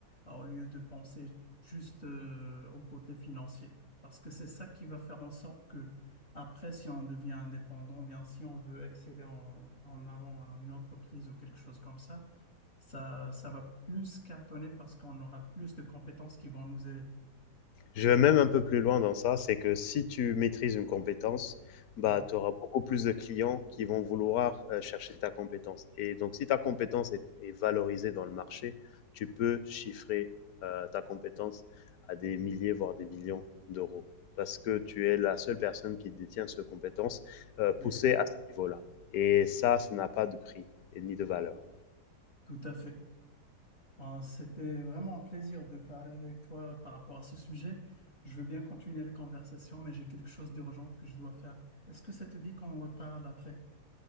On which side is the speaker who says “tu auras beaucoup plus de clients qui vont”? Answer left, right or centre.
Left